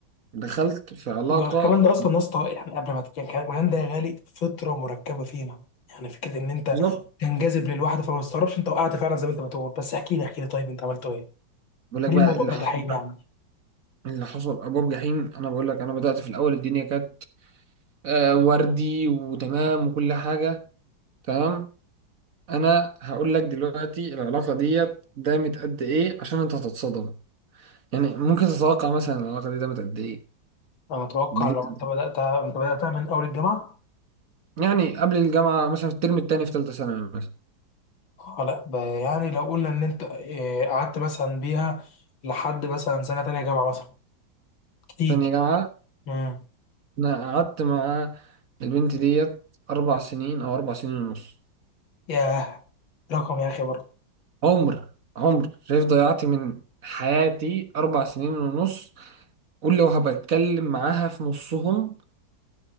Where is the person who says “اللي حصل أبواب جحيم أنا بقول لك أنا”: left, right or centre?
Right